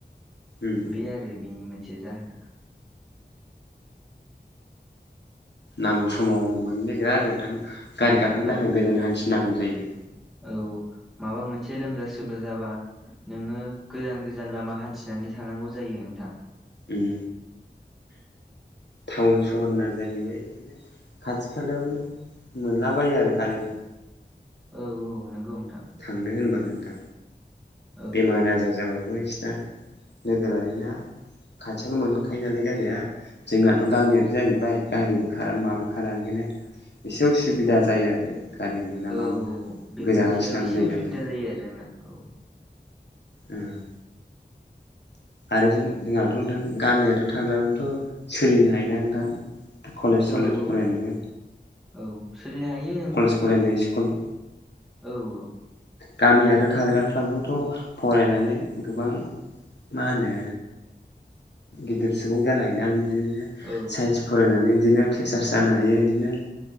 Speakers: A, on the left (about 75°); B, in the centre.
A: उम
B: बे आरो बेनि मोनसे जाहोना
A: नांगौ समाव मोननो नागिरा आरो नोंथां गारि गाखोनो
B: औ
A: थाखाय गोजान हान्थिनांगौ जायो
B: औ माबा मोनसे लोमजा सोमजा जाबा नोङो गोजान गोजान लामा हान्थिनानै थांनांगौ जायो नोंथां
A: उम टाउन सहरना जाहैबाय बिदिनो खाथि खालायावनो मोनलाबायो आरो गारिखौ
B: औ-औ नंगौ नोंथां
A: थांनो होनबा नोंथां
B: औ
A: बेमार आजार जाबाबो बिसना नोगोरारि ना खाथियावनो मोनखायो नालाय गारिया जोंनाथ' गामियारि जाहैबाय गारिबो खारा माबो खारा ओंखायनो एसे उसुबिदा जायो आरो गारि मोना
B: औ-औ
A: मा मोना
B: बेफोरनि
A: गोजान हान्थिनांगौ
B: सायाव एसे
A: जायो
B: उसुबिदा
A: नालाय
B: जायो आरो जोंना औ
A: ओम आरो जों जोंहाथ' नोंथां गामियारि थाब्लाबोथ' सोलिनो हायोना नोंथां कलेज सलेज
B: औ औ
A: फरायनोबो
B: औ सोलिनो हायो
A: कलेज फरायनो स्कुल
B: औ-औ
A: गामियारियाव थाग्राफ्राबोथ' फरायनानै गोबां मा होनो गिदिर सुबुं जानायनो आं बिदिनो
B: औ
A: साइन्स फरायनानै बिदिनो तिसार्स जानो हायो बिदिनो